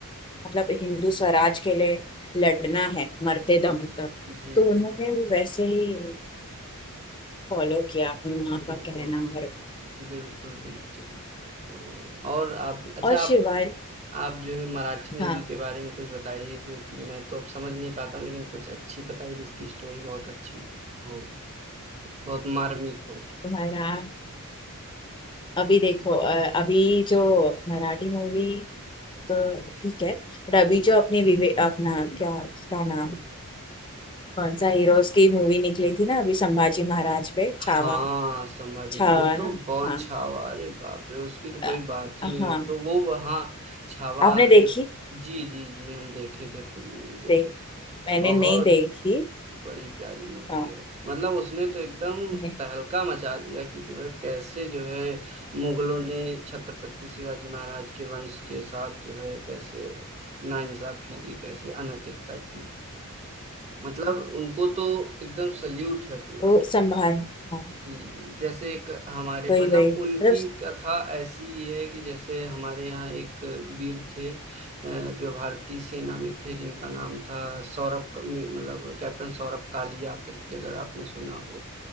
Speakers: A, on the left; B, on the right.
A: मतलब हिंदू स्वराज के लिए लड़ना है मरते दम
B: जी
A: तक
B: जी
A: तो उन्होंने
B: जी
A: वो वैसे ही फॉलो किया अपनी माँ का
B: बिल्कुल
A: कहना और
B: बिल्कुल बिल्कुल तो और आप अच्छा
A: और
B: आप
A: शिवाय
B: आप जो है मराठी मूवी
A: हाँ
B: के बारे में कुछ बताइए जो कि मैं तो अब समझ नहीं पाता हूँ लेकिन कुछ अच्छी बताइए जिसकी स्टोरी बहुत अच्छी हो बहुत मार्मिक हो
A: तुम्हारा अभी देखो अ, अभी जो मराठी मूवी तो ठीक है बट अभी जो अपने विवे अपना क्या क्या नाम कौन सा हीरोज की मूवी निकली थी ना अभी संभाजी महाराज पे छावा
B: हाँ समझ गए।
A: छावा
B: वो तो
A: ना
B: बहुत
A: हाँ
B: छावा अरे बाप रे उसकी तो कोई
A: अ,
B: बात ही नहीं
A: हाँ
B: हो तो वो हाँ छावा
A: आपने देखी
B: जो जी जी जी हम देखे थे पूरी मूवी देखे
A: देख
B: थे
A: मैंने
B: बहुत
A: नहीं देखी
B: बड़ी प्यारी मूवी
A: हाँ
B: है मतलब उसने तो एकदम
A: मैं-
B: तहलका मचा दिया कि जो है कैसे जो है मुगलों ने छत्रपति शिवाजी महाराज के वंश के साथ जो है कैसे नाइंसाफी की कैसे अनैतिकता की मतलब उनको तो एकदम सल्यूट है पूरा
A: वो संभाल हाँ
B: जी जी जैसे एक हमारे
A: वही
B: मतलब
A: वही मतलब
B: उनकी कथा ऐसी है कि जैसे हमारे यहाँ एक वीर थे अ, जो भारतीय सेना में थे जिनका नाम था सौरभ क- मतलब कैप्टन सौरभ कालिया करके अगर आपने सुना हो